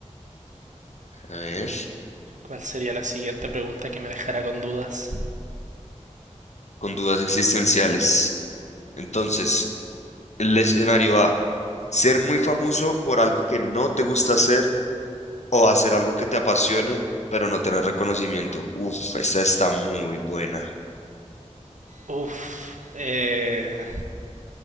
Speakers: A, on the left; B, on the right.
A: a ver,
B: ¿cuál sería la siguiente pregunta que me dejará con dudas?
A: con dudas existenciales. Entonces, el escenario A, ser muy famoso por algo que no te gusta hacer O hacer algo que te apasione, pero no tener reconocimiento. Uf, esa está muy buena.
B: Uf, eh,